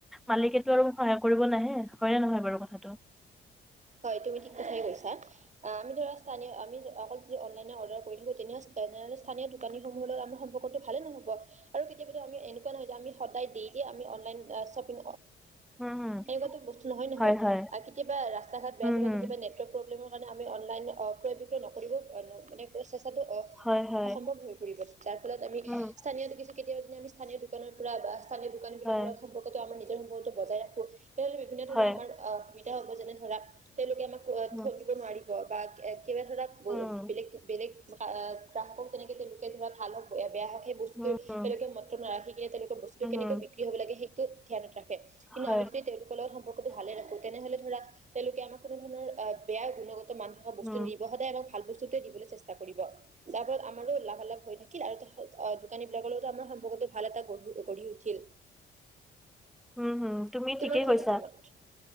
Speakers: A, in the centre; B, on the right.
A: মালিকেতটো আৰু সহায় কৰিব নাহে হয়নে নহয় বাৰু কথাটো
B: হয় তুমি ঠিক কথাই কৈছা আমি ধৰা স্থানীয় আমি আমাৰ যি অনলাইন অৰ্ডাৰ কৰি থাকো তেনেও স্থানীয় দোকানী সমূহৰ আমাৰ সম্পৰ্কটো ভালে নহয়। অহ আৰু কেতিয়াবা টো আমি এনেকোৱা নহয় যে আমি সদায় দিয়ে যে অনলাইন অঁ শ্বপিং
A: উম হম
B: সেৱা টো বস্তু নহয় নহয়
A: হয় হয়
B: আৰু কেতিয়াবা ৰাস্তা ঘাট বেয়া
A: উম
B: আছে বা
A: হম
B: কেতিয়াবা নেটৱৰ্ক প্ৰব্লেম কাৰণে আমি অন ক্ৰয় বিক্ৰয় নকৰিব মানে চেষ্টাটো অ
A: হয় হয়
B: অসম্ভৱ হৈ পৰিব যাৰ ফলত আমি
A: উম
B: স্থানীয় কেতিয়দি আমিছ স্থানীয় দোকানৰ পৰা বা স্থানীয় দোকানী বিলাক
A: হয়
B: লগত সম্পৰ্কটো আমাৰ নিজৰ সম্পৰ্কটো বজাই ৰাখ - লে বিভিন্ন ধৰণৰ
A: হয়
B: আমাৰ অ সুবিধা হ'ব যেনে ধৰা তেওঁলোকে আমাক
A: উম
B: ঠগিব নোৱাৰিব বা কেবা ধৰাক
A: উম
B: বেলেগ বেলেগ গ্ৰাহকক যেনেকৈ তেওঁলোকে ধৰা ভাল হওক বেয়া হওক সেই বস্তু
A: উম উম
B: তেওঁলোকে মত্ৰ নাৰখি কেনেকে বস্তুটো কেনেকৈ
A: উম
B: বিক্ৰী হব লাগে সেইটো ধ্যানত ৰাখ- কিন্তু
A: হয়
B: আমি যদি তেওঁলোকৰ লগত সম্পৰ্কটো ভালে ৰাখো তেনেহলে ধৰা তেওঁলোকে আমাক কোনো ধৰণৰ বেয়া গুণগতনহ হোৱা বস্তু
A: উম
B: নিব সদায় আমাক ভাল বস্তু দিবলৈ চেষ্টা- কৰিব। তাৰ ফলত আমাৰো লাভালাভ হৈ থাকিল আৰু অ দোকানী বিলাকৰো আমাৰ সম্পৰ্কতটো ভাল এটা গঢ়িব। গঢ়ি উঠিল।
A: উম তুমি ঠিকে
B: তোমাৰ কি
A: কৈছা
B: মতামত